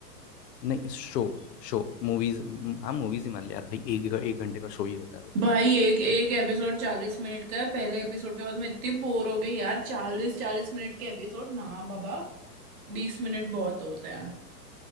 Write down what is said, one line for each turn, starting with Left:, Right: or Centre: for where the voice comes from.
Left: नहीं शो शो मूवीज हाँ मूवीज ही मान ले यार भाई एक एक घंटे का शो ही होता है वो तो
Right: भाई एक एक एपिसोड चालीस मिनट का है पहले एपिसोड के बाद मैं इतनी बोर हो गई यार चालीस चालीस मिनट के एपिसोड ना बाबा बीस मिनट बहुत होते हैं